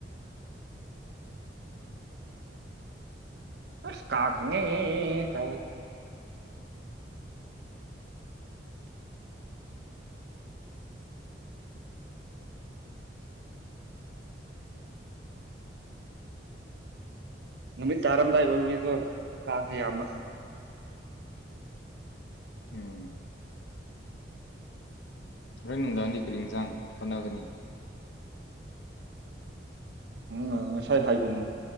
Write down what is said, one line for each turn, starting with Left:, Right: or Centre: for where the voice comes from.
Right: ꯑꯁ ꯀꯥꯡ ꯉꯦ ꯉꯦ ꯇꯧꯑꯦ ꯅꯨꯃꯤꯠ ꯇꯥꯔꯝꯗꯥꯏ ꯑꯣꯏꯕꯒꯤꯀꯣ ꯀꯥꯡꯁꯦ ꯌꯥꯝꯕ
Left: ꯎꯝ ꯍꯣꯔꯦꯟ ꯅꯨꯡꯗꯥꯡꯅꯤ ꯀꯔꯤ ꯌꯦꯟꯁꯥꯡ ꯍꯣꯠꯅꯒꯅꯤ
Right: ꯎꯝ ꯉꯁꯥꯏ ꯍꯥꯏꯗꯨꯅꯦ